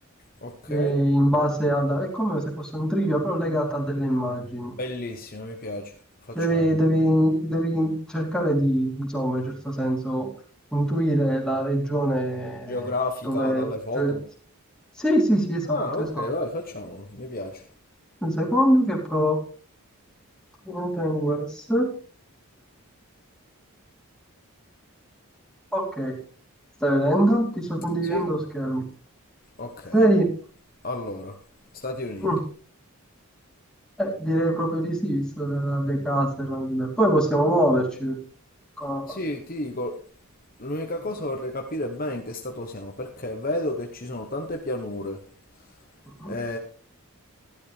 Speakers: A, on the left; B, in the centre.
A: Ok,
B: eh, in base alla... È come se fosse un trivia, però legata a delle immagini.
A: bellissimo, mi piace. Facciamo.
B: Devi, devi- devi cercare di, insomma, in certo senso, intuire la regione
A: Geografica
B: dove...
A: dalle foto.
B: Cioè... Sì, sì, sì, esatto,
A: Ah, ok,
B: esatto.
A: vai, facciamolo, mi piace.
B: Un secondo che provo... Open OS. Ok, stai vedendo? Ti sto condividendo
A: Sì,
B: lo schermo.
A: ok.
B: Vedi?
A: Allora, Stati Uniti.
B: Mm, eh, direi proprio di sì, visto le, dalle case. la- Poi possiamo muoverci. Co-
A: Sì, ti dico, l'unica
B: Mhm,
A: cosa vorrei capire bene in che stato siamo, perché vedo che ci sono tante pianure.
B: mhm.
A: E...